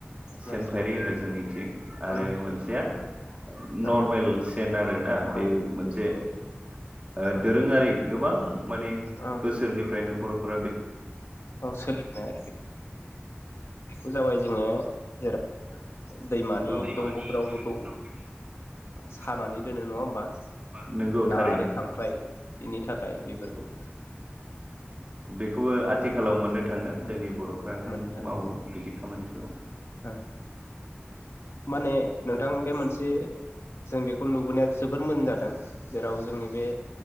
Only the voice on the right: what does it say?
सेन फाइरि होनो जोंनिथिं आरो
मोनसेया नरमेल
सेन आरो ना बे
मोनसे <unintelligible> ओ
दोरोङारि गोबां माने
बोसोरनिफ्रायनो बर' <unintelligible>
<unintelligible>
नंगौ
थारैनो
बे खौबो आथिखालाव
मोननो थाङो
जोंनि बर'फ्रानो
मावो बिदि खामानि खौ